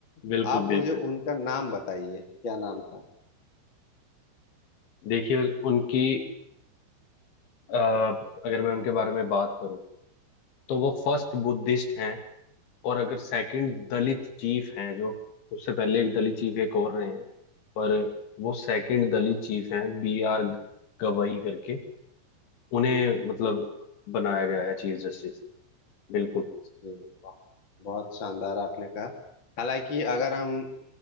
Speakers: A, on the left; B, on the left.
A: बिल्कुल
B: आप
A: बिल्कुल
B: मुझे उनका नाम बताइए क्या नाम था
A: देखिए उनकी अ, अगर मैं उनके बारे में बात करूं तो वो फर्स्ट बुद्धिस्ट हैं और अगर सेकंड दलित चीफ हैं जो उससे पहले एक दलित चीफ एक और रहे हैं पर वो सेकंड दलित
B: अच्छा,
A: चीफ हैं बी आर गवई करके उन्हें मतलब
B: जी
A: बनाया गया है चीफ जस्टिस बिल्कुल
B: जी बहुत शानदार आपने कहा हालांकि अगर हम